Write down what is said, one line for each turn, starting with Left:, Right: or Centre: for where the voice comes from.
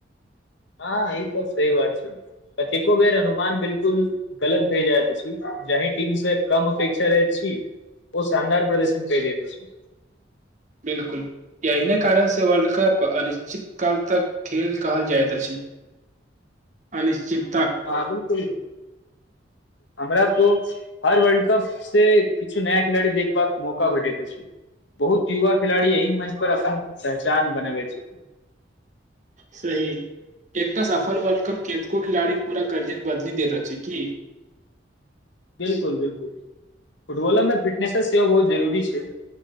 Left: हँ ई त सही बात छै कतेको बेेर अनुमान बिल्कूल गलत भे जाइत आछि जाहि टीम से कम अपेक्षा रहैत छी ओ शानदार प्रदर्शन के देत अछि
Right: बिल्कूल एहिने कारण सँ वर्ल्ड कप अनिश्चित काल तक खेल कहल जाइत अछि अनिश्चिता
Left: हाँ बिल्कूल हमरा तो हर वर्ल्ड कप से किछु नया खिलाड़ी देखबाक मौका भेटेत अछि बहुत युवा खिलाड़ी यही मंच पर अपन पहचान बनाबे छी
Right: सही एकटा सफल वर्ल्ड कप केतको खिलाड़ी पूरा करियर बदलि देत अछि की
Left: बिल्कुल बिल्कुल फुटबॉल मे फिटनेस सेब बहुत जरूरी छै